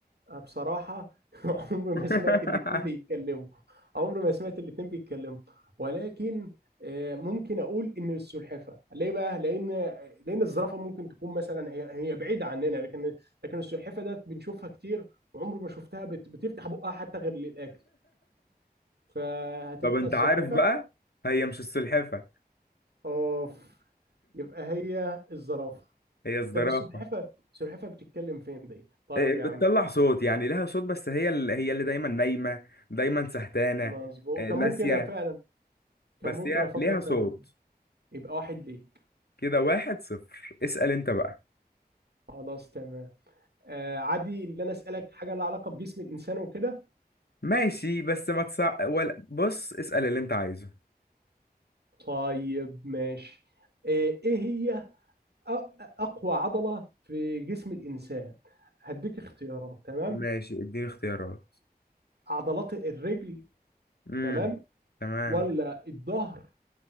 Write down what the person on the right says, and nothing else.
أنا بصراحة <laughs> عمري
ما سمعت الاتنين بيتكلموا عمري ما سمعت الاتنين بيتكلموا ولكن آه، ممكن أقول إن السلحفة ليه بقى؟ لأن لأن الزرافة ممكن تكون مثلا هي هي بعيدة عننا لكن لكن السلحفة ده بنشوفها كتير وعمري ما شفتها بت- بتفتح بقها حتى غير للأكل فهتبقى
السلحفة
أوف يبقى هي الزرافة
طب السلحفة السلحفة بتتكلم فين دي؟ طيب
يا
عم
مظبوط
كان
ممكن أ- فعلا كان
ممكن
أفكر
فعلا يبقى واحد ليك
خلاص تمام آه عادي اللي انا اسالك حاجه لها علاقه بجسم الانسان وكده
طيب ماشي آه ايه هي أ- اقوى عضله في جسم الانسان هديك اختيارات تمام
عضلات الرجل
تمام
ولا الظهر